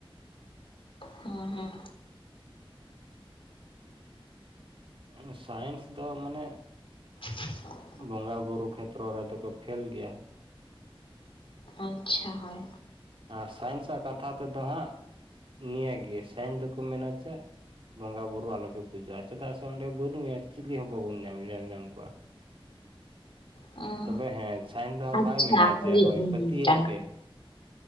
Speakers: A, on the left; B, on the right.
A: ᱦᱮᱸ ᱦᱮᱸ,
B: <unintelligible> ᱥᱟᱭᱮᱱᱥ ᱫᱚ ᱢᱟᱱᱮ,
A: <inaudible>
B: ᱵᱚᱸᱜᱟ ᱵᱩᱨᱩ ᱠᱷᱮᱛᱨᱚ ᱨᱮᱫᱚ ᱠᱚ ᱯᱷᱮᱞ ᱜᱮᱭᱟ,
A: ᱟᱪᱪᱷᱟ ᱦᱚᱭ,
B: ᱟᱨ ᱥᱟᱭᱮᱱᱥᱟᱜ ᱠᱟᱛᱷᱟ ᱛᱮᱫᱚ ᱦᱟᱸᱜ ᱱᱤᱭᱟᱹᱜᱮ, ᱥᱟᱭᱮᱱᱥ ᱫᱚᱠᱚ ᱢᱮᱱᱟ ᱪᱮ, ᱵᱚᱸᱜᱟ ᱵᱩᱨᱩ ᱟᱞᱚᱯᱮ ᱯᱩᱡᱟᱹᱜᱼᱟ ᱪᱮᱫᱟᱜ ᱥᱮ ᱚᱸᱰᱮ ᱵᱩᱰᱷᱢᱮᱭᱟᱭ ᱪᱮᱞᱮ ᱦᱚᱸ ᱵᱟᱵᱚᱱ ᱧᱟᱢ ᱧᱮᱞ ᱧᱟᱢ ᱠᱚᱣᱟ,
A: ᱦᱮᱸ
B: ᱛᱚᱵᱮ ᱦᱮᱸ ᱥᱟᱭᱮᱱᱥ ᱫᱚ ᱦᱟᱸᱜ
A: ᱟᱪᱪᱷᱟ
B: ᱵᱟᱭ ᱢᱮᱱᱟ
A: ᱠᱩᱞᱤᱭᱮᱫ
B: ᱡᱮ ᱦᱳᱭ
A: ᱢᱤᱭᱟᱹᱧ
B: ᱯᱟᱹᱛᱭᱟᱹᱜ
A: ᱢᱤᱫᱴᱟᱝ
B: ᱯᱮ,